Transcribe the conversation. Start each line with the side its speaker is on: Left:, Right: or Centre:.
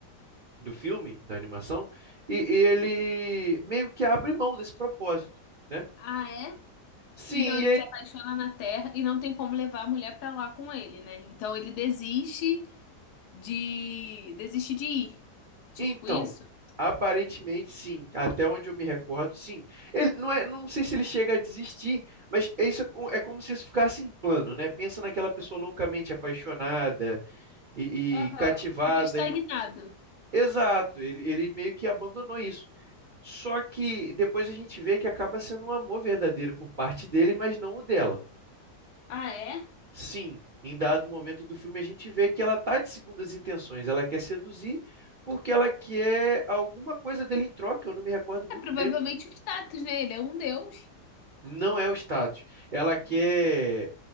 Right: do filme, da animação, e ele meio que abre mão desse propósito, né?
Left: Ah, é?
Right: Sim,
Left: Então ele
Right: e aí-
Left: se apaixona na terra e não tem como levar a mulher pra lá com ele, né? Então ele desiste de desiste de ir. Tipo
Right: então,
Left: isso?
Right: aparentemente sim, até onde eu me recordo, sim. Ele não é, não sei se ele chega a desistir, mas é isso é, co- é como se isso ficasse em plano, né? Pensa naquela pessoa loucamente apaixonada e,
Left: Aham.
Right: e cativada.
Left: Ficou estagnado.
Right: e- Exato, ele, ele meio que abandonou isso. Só que depois a gente vê que acaba sendo um amor verdadeiro por parte dele, mas não o dela.
Left: Ah, é?
Right: Sim, em dado momento do filme a gente vê que ela tá de segundas intenções, ela quer seduzir porque ela quer alguma coisa dele em troca, eu não me recordo muito
Left: É provavelmente
Right: bem, o que-
Left: o status, né? Ele é um deus.
Right: não é o status. Ela quer,